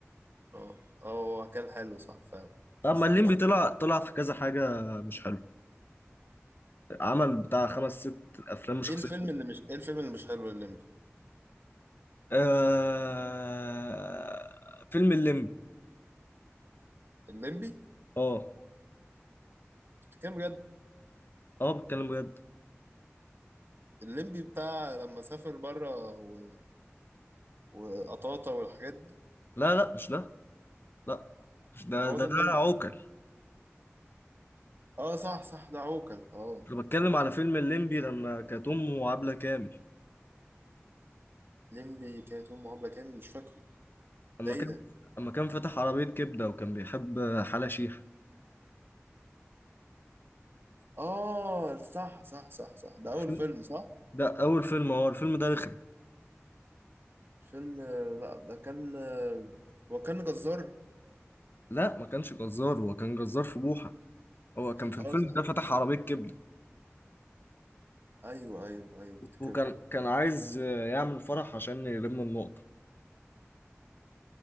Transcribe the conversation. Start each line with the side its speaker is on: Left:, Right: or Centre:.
Right: اه اه هو كان حلو صح فعلا
Left: طب
Right: بس
Left: ما الليمبي
Right: انا مش فاكر
Left: طلع طلع في كذا حاجة مش حلوة عمل بتاع خمس ست أفلام مش شخصية
Right: ايه الفيلم اللي مش ايه الفيلم اللي مش حلو الليمبي
Left: آه... فيلم الليمبي
Right: الليمبي
Left: اه
Right: بتتكلم بجد
Left: اه بتكلم بجد
Right: الليمبي بتاع لما سافر بره و... وقطاطا والحاجات دي
Left: لا لا مش ده لا ده
Right: ما هو
Left: ده
Right: ده
Left: ده
Right: الليمبي
Left: عوكل
Right: اه صح صح ده عوكل اه
Left: انا بتكلم على فيلم الليمبي لما كانت امه عبلة كامل
Right: ليمبي كانت امه عبله كامل مش فاكره
Left: اما
Right: ده ايه
Left: كان
Right: ده
Left: اما كان فاتح عربية كبدة وكان بيحب حلا شيحة
Right: اه صح صح صح صح ده اول
Left: فيلم-
Right: فيلم صح
Left: ده اول فيلم هو الفيلم ده رخم
Right: فيلم آه، لا ده كان وكان جزار
Left: لا ما كانش جزار هو كان جزار في بوحة هو كان في
Right: اه
Left: الفيلم
Right: صح
Left: ده فتح
Right: صح
Left: عربية كبدة
Right: ايوه ايوه ايوه افتكرته
Left: وكان كان عايز يعمل فرح عشان يلم النقطة